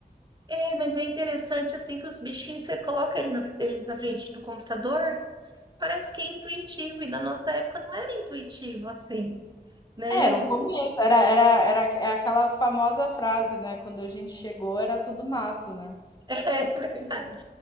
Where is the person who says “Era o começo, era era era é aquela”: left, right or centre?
Left